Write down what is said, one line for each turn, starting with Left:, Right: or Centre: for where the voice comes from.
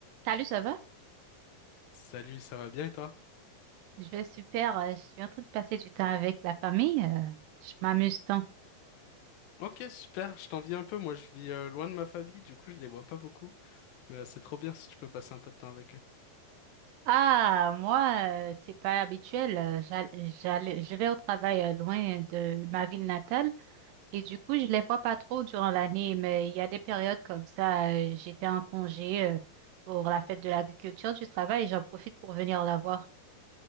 Right: Salut, ça va?
Left: Salut, ça va bien et toi?
Right: Je vais super. euh, Je suis en train de passer du temps avec la famille. euh, Je m'amuse tant.
Left: Ok, super, je t'envie un peu. Moi, je vis euh, loin de ma famille, du coup, je les vois pas beaucoup. Mais euh, c'est trop bien si tu peux passer un peu de temps avec eux.
Right: Ah, moi, euh, c'est pas habituel. euh, j'all- j'allais- Je vais au travail euh, loin de ma ville natale et du coup, je les vois pas trop durant l'année. Mais il y a des périodes comme ça. euh, J'étais en congé euh, pour la fête de l'agriculture du travail et j'en profite pour venir la voir.